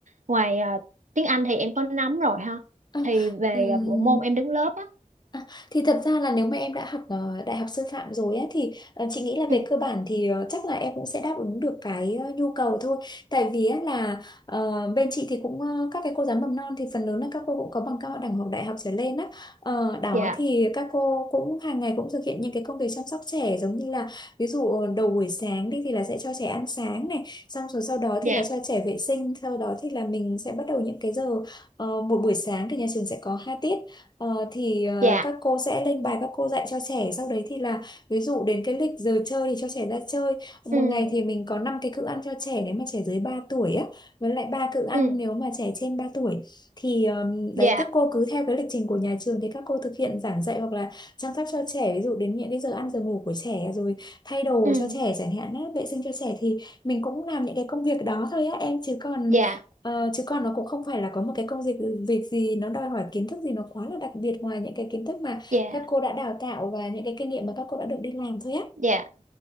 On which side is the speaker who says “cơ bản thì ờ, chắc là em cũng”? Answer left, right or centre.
Left